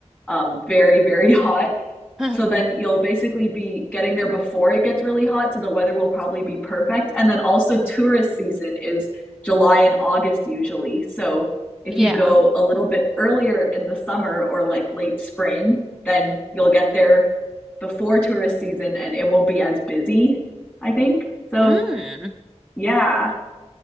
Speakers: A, on the left (about 15°); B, in the centre.
A: um, very, very <laughs> hot.
B: <laughs>
A: So then you'll basically be getting there before it gets really hot. So the weather will probably be perfect. And then also, tourist season is July and August usually. So if
B: Yeah.
A: you go a little bit earlier in the summer or like late spring, then you'll get there before tourist season and it won't be as busy, I think.
B: Mm.
A: So,
B: Mm.
A: yeah.